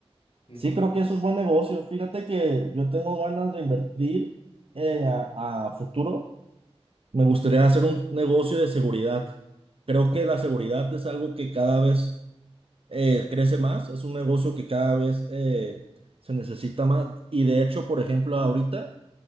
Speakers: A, on the left; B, on the right.
A: ujú,
B: Sí,
A: entonces,
B: creo que eso es buen negocio. Fíjate que yo tengo ganas de invertir eh, a, a futuro. Me gustaría
A: ujú,
B: hacer un negocio de seguridad. Creo que la seguridad es algo que cada vez eh, crece más. Es un negocio que cada vez eh, se necesita más. Y de hecho, por ejemplo, ahorita.